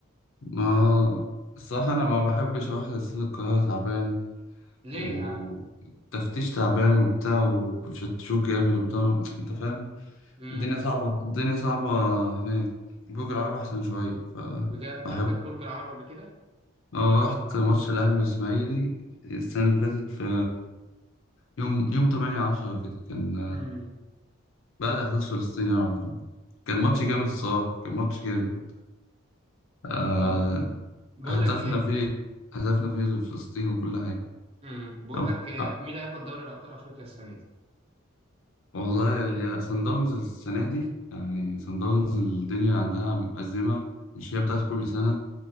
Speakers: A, on the left; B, on the right.
A: ما الصراحه انا ما بحبش اروح لسيد القاهره تعبان
B: ليه
A: وتفتيش
B: يا عم
A: تعبان وبتاع وبتشتشوك جامد وبتاع انت فاهم
B: امم
A: الدنيا صعبه الدنيا صعبه هناك برج العرب احسن شويه ف
B: بجد انت
A: بحب
B: رحت برج العرب قبل كده
A: اه رحت ماتش الاهلي والاسماعيلي السنه اللي فاتت في يوم يوم 8 10 كده كان
B: امم
A: بعد احداث فلسطين يعني على طول كان ماتش
B: اه
A: جامد الصراحة كان ماتش جامد آه
B: اه ب- بقول
A: هدفنا
B: لك ايه
A: فيه هدفنا فيه لفلسطين وكل حاجة
B: امم بقول
A: أو-
B: لك آه،
A: أه،
B: مين هياخد دوري ابطال افريقيا السنه
A: والله هي صن داونز السنة دي يعني صن داونز الدنيا عندها مأزمة مش هي بتاعت كل سنة